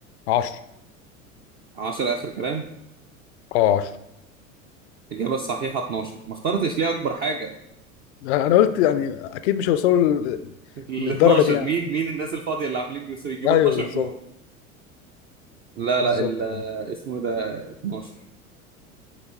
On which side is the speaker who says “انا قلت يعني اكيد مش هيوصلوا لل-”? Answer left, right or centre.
Left